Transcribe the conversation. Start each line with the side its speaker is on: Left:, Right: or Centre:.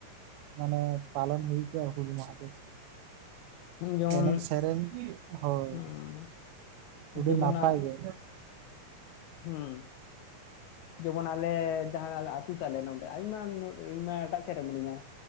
Right: ᱢᱟᱱᱮ ᱯᱟᱞᱚᱱ ᱦᱩᱭ ᱠᱚᱜ-ᱟ ᱾ ᱦᱩᱞ ᱢᱟᱦᱟ ᱫᱚ
Left: ᱡᱮᱢᱚᱱ
Right: ᱮᱱᱮᱡ ᱥᱮᱨᱮᱧ ᱦᱳᱭ
Left: ᱦᱩᱸ
Right: ᱚᱹᱰᱤ
Left: ᱡᱮᱢᱚᱱ
Right: ᱱᱟᱯᱟᱭ ᱜᱮ᱾
Left: ᱦᱩᱸ ᱡᱮᱢᱚᱱ ᱟᱞᱮ ᱡᱟᱦᱟᱸ ᱟᱹᱛᱩ ᱛᱟᱞᱮ ᱱᱚᱰᱮ ᱟᱭᱢᱟ ᱱᱚᱲᱮ ᱤᱧᱢᱟ ᱮᱴᱟᱜ ᱥᱮᱫ ᱨᱮ ᱢᱤᱱᱟᱹᱧᱟ᱾